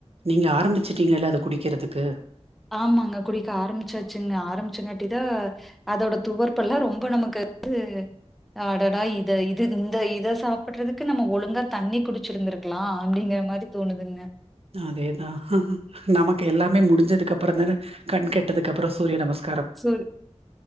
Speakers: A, on the right (about 60°); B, in the centre.
A: நீங்க ஆரம்பிச்சட்டீங்கல்ல அத குடிக்கிறதுக்கு
B: ஆமாங்க குடிக்க ஆரம்பிச்சாச்சுங்க ஆரம்பிச்சுங்காட்டிதான் அதோட துவர்ப்பெல்லாம் ரொம்ப நமக்கு வந்து அடடா இத இது இந்த இதை சாப்பிடுறதுக்கு நம்ம ஒழுங்கா தண்ணி குடிச்சிருந்திருக்கலாம் அப்படிங்கிற மாதிரி தோணுதுங்க
A: அதேதான்ஹ நமக்கு எல்லாமே முடிஞ்சதுக்கு அப்புறம் தானே கண் கெட்டதுக்கு அப்புறம் சூரிய நமஸ்கம்
B: சோ